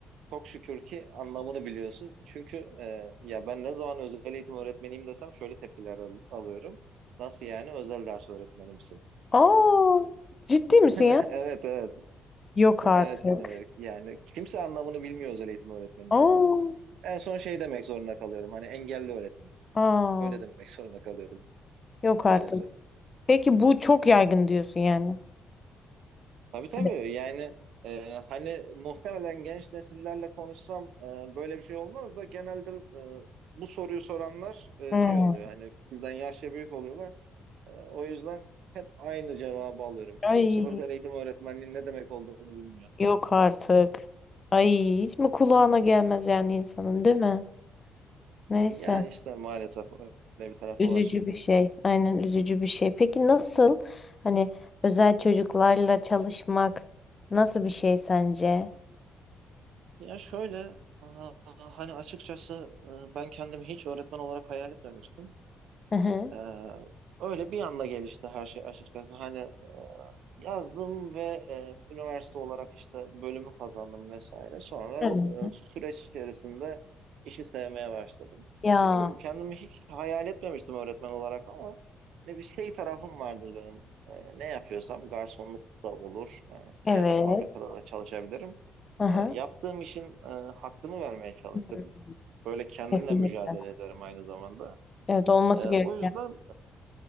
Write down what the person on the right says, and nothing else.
Çok şükür ki anlamını biliyorsun. Çünkü e, ya ben ne zaman özel eğitim öğretmeniyim desem şöyle tepkiler al- alıyorum. Nasıl yani özel ders öğretmeni misin?
<laughs>
Evet evet
evet
e, yani kimse anlamını bilmiyor özel eğitim öğretmeninin
bu arada. En son şey demek zorunda kalıyorum hani engelli öğretmen.
Öyle demek <laughs> zorunda kalıyorum
maalesef.
Tabii tabii
yani e, hani muhtemelen genç nesillerle konuşsam e, böyle bir şey olmaz da genelde e, bu soruyu soranlar e,
şey oluyor hani bizden yaşça büyük oluyorlar. Ee, o yüzden hep aynı cevabı alıyorum.
Kimse özel eğitim öğretmenliğinin ne demek olduğunu bilmiyor.
<clears throat>
Hı.
Ya işte maalesef öyle bir tarafı
var.
Ya şöyle, aa, hani açıkçası e, ben kendimi hiç öğretmen olarak hayal etmemiştim.
Ee, Öyle bir anda gelişti her şey açıkçası. Hani e, Yazdım ve e, üniversite olarak işte bölümü kazandım vesaire. Sonra
e, süreç içerisinde işi sevmeye başladım.
Dediğim gibi kendimi hiç hayal etmemiştim öğretmen olarak ama ne bir şey tarafım vardır benim. E, ne yapıyorsam garsonluk da olur
e, ya da fabrikada da çalışabilirim.
E, yaptığım işin e, hakkını vermeye çalışırım.
Böyle kendimle
mücadele ederim aynı zamanda.
E, o
yüzden